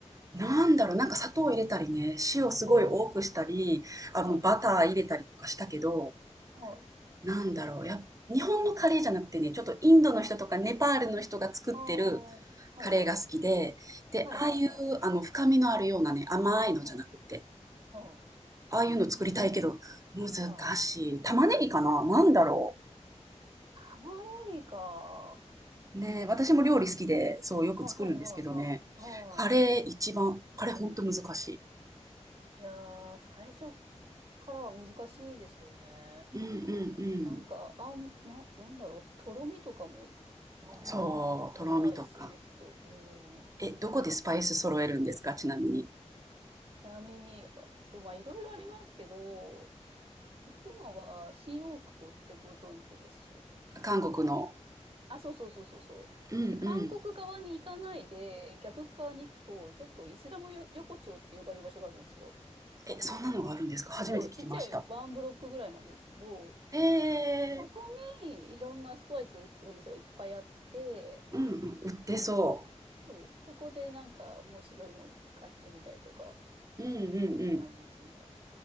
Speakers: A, on the right; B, on the right.
A: なんだろう、なんか砂糖入れたりね、塩すごい多くしたり、
B: おお、はい。
A: あの、バター入れたりとかしたけど、
B: はい
A: なんだろう、やっ日本のカレーじゃなくてね、ちょっとインドの人とかネパールの人が作ってる
B: ああ、はいはい。
A: カレーが好きで、で、
B: はいはいはい。
A: ああいうあの深みのあるようなね、甘いのじゃなくて、
B: うん、うん、
A: ああいうの作りたいけど、難しい。
B: はい。
A: 玉ねぎかななんだろ
B: 玉ねぎか。
A: う。ねえ、私も料理好きで、そう、よく作るんですけどね、
B: あ、はいはいはい。ああ、
A: カレー一番、カレーほんと難しい。
B: いやー、最初からは難しいですよね。
A: うんうんうん。
B: なんか、あん、な、なんだろう、とろみとかも
A: そう、とろみとか。
B: 出ないですよね、きっと。うん。ち
A: え、どこでスパイス揃えるんですかちなみに。
B: なみに、あそう、まあ、いろいろありますけど、行くのは新大久保ってご存知です。
A: 韓国の。
B: あ、そうそうそうそうそう。
A: うんうん。
B: で韓国側に行かないで、逆側に行くと、ちょっとイスラムよ横丁って呼ばれる場所があるんですよ。
A: え、そんなのがあるんですか？初めて聞きました。
B: とちっちゃいワンブロックぐらいなんですけど、
A: へえ
B: そこにいろんなスパイス売ってるお店がいっぱいあって、
A: うんうん、売ってそ
B: うん、そう、そこでなんか面白いの買ってみたりとかっ
A: う。うんうんうん。
B: て感じですね。